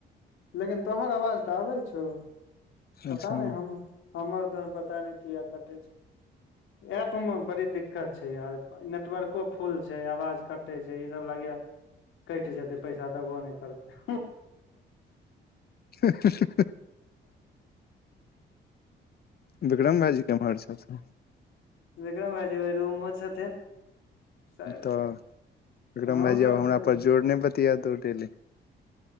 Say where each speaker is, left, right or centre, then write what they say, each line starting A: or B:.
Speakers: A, on the left (about 80°); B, on the left (about 50°).
A: लेकिन तोहर आवाज तऽ आबै छौ पता
B: अच्छा
A: नै हम हमर त पता नै किया कटै छै एप मे बड़ी दिक्कत छै यार नेटवरको फुल छै आवाज कटै छै ई सब लागै या कैटजेतै पैसा देबो नै करतै
B: हँ----------जा विक्रम भाईजी किमहर छैथ से
A: विक्रम भाइजी ओय रूममे छथिन शायद
B: तऽ विक्रम
A: हमसभ
B: भाईजीआब हमरा
A: खेले
B: पर जोर नै बतिया दू डेलै